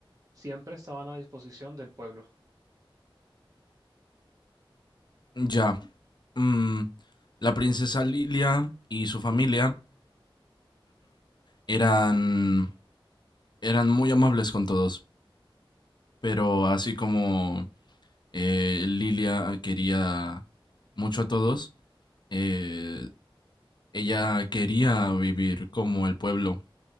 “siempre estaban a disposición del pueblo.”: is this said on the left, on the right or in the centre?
Right